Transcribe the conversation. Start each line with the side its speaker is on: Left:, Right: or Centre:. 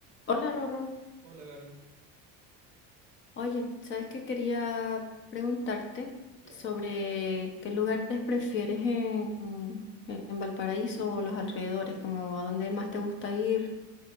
Left: Hola, Rorro.
Right: Hola Gaby,
Left: Oye, ¿sabes qué quería preguntarte
Right: ya.
Left: sobre qué lugares prefieres en, en Valparaíso o los alrededores? Como a dónde más te gusta ir